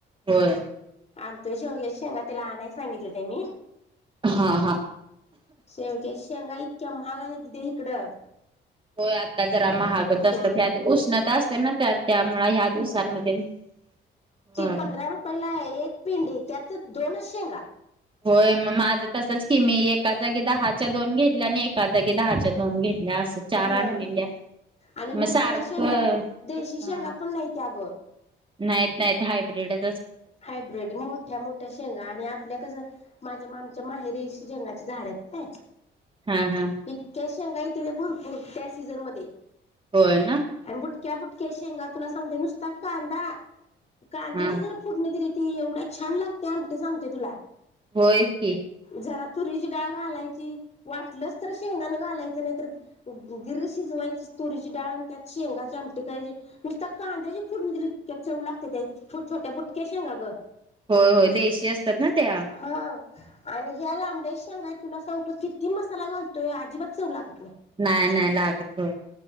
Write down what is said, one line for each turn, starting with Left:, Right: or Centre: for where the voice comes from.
Right: होय.
Left: आणि तो शेवगेांगा तिला आणय सांगितलं ते मी
Right: हा हा
Left: शेंगग्या शेंगा इतक्या महागायच्या तदे इकडं.
Right: हो आता जरा महागत असतात
Left: होय
Right: उष्णता असते ना त्या त्यामु ह्या दिवसांमध्ये होय
Left: ती पंधरा रुपयला आहे एक पिंडी त्यात दोन शेंगा
Right: होय मग माझं तसंच. कि मी एका जागी दहाच्या दोन घेतल्या आणि एका जागी दहाच्या दोन घेतल्या असं चार
Left: हा
Right: आणलेल्या
Left: आणि मोठ्या
Right: मग सारखं
Left: शेंगा देशी शेंगा
Right: हा.
Left: पण नाही त्या अगं
Right: नाहीत नाही हायब्र्रीडच
Left: हायब्र्रीड मोठ्या मोठ्या शेंगा आणि आपल्या कसं माझ्या माम माहेरी शेंगाची झाड आहेत काय
Right: हा हा
Left: इतक्या शेंगा भरपूर त्या सीझन मध्ये
Right: होय ना
Left: आणि बुटक्या बुट इतक शेंगा तुला सांगते नुसता कांदा कांद्याची
Right: हा
Left: जर दि ते एवढंच छान लागते आम सांगतेय तुला
Right: होय की
Left: जरा तुरीची डाळ घालायची, वाटलंच तर शेंगदाण घालायचं नाही तर अ गिर शिजवायची. तुरीची डाळ अन त्यात शेंगाची आमटी करायची, नुसत्या कांद्याची फुडनी इतक्या चव लागत्यात्या इत छोट छोट्या बू क्या शेंगा ग
Right: होय होय देशी असतात ना त्या
Left: हा आणि ह्या लांबड्या शेंगा तुला सांगतो किती मसाला घालतोय, अजिबात चव लागत
Right: नाही नाही लागत, हो